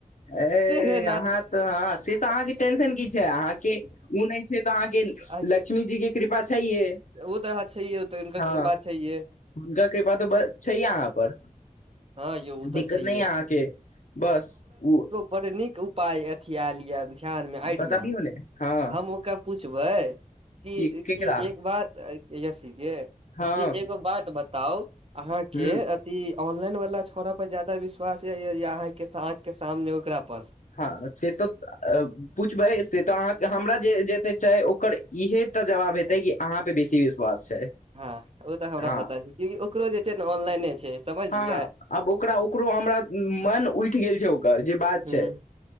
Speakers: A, on the left; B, on the right.
A: ए
B: सेहे
A: अहाँ तऽ हऽ से तऽ अहाँके टेंशन की छै अहाँके ओ नहि छै तऽ अहाँके
B: न
A: लक्ष्मी जी कऽ कृपा छैे
B: ओ तऽ अहाँ छैहे ओ तऽ हुनकर
A: हँ
B: कृपा छैहे
A: हुनकर कृपा तऽ बस छैहे आहाँ पर
B: हँ यौ ओ
A: दिक्कत
B: तऽ छैहे
A: नहि यऽ आहके बस ओ
B: बड नीक उपाय हे ख्याल यऽ ध्यान मे आइडिया
A: बताबियौ ने हँ
B: हम ओकर पूछबै की
A: कि
B: की
A: केकरा
B: जे एक बात यसी कऽ
A: हँ
B: कि एगो बात बताउ अहाँके
A: ह
B: ई ऑनलाइन वाला छोड़ा पर ज्यदा विश्वास य य य अहाँ के आख के सामने ओकरा पर
A: हँ से तऽ पूछबै से तऽ अहाँके हमरा जे जेेते छै ओकर इएहे तऽ जवाब हेतै कि अहाँ पे बेसी विश्वास छै
B: हँ ओ तऽ हमरा
A: हँ
B: पता छै कियकि ओकरो जे छै ने ऑनलाइने छै समझलियै
A: हँ आब ओकरा ओकरो हमरा मन उठि गेल छै ओकर जे बात
B: हूँ
A: छै